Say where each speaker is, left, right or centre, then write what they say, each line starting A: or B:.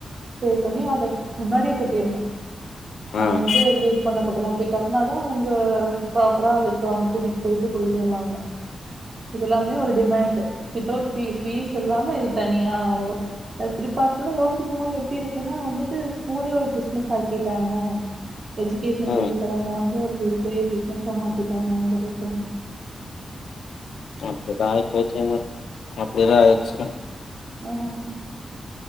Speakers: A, on the right; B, on the left.
A: பே பண்ணி அத முன்னாடியே கட்டிடணும்
B: ம்
A: அத வந்து லேயிட் பண்ண கூடதான் அப்டி கட்டினாதான் அவங்க ப்ராப்பரா அதுக்கு அவங்க கூட்டிட்டு போயிட்டு கூட்டிட்டு வருவாங்க இதெல்லாமே ஒரு டே இமான்டு விதோட் பீஸ் பீஸ் இல்லாம இது தனியா ஓ இப்போ அப்டிலா யோசிக்கும் போது எப்படி இருக்குன்னா வந்துட்டு ஸ்கூலே ஒரு பிசினஸ் ஆக்கிட்டாங்க எஜுகேஷன்
B: ம்
A: சொல்லி தரே இட <unintelligible> பெரிய பிசினஸ மாத்திட்டாங்க <unintelligible>
B: ஆமா அப்படிதய் போச்சமா அப்படிதான் ஆயிடுச்சு கண்
A: ஆஹ்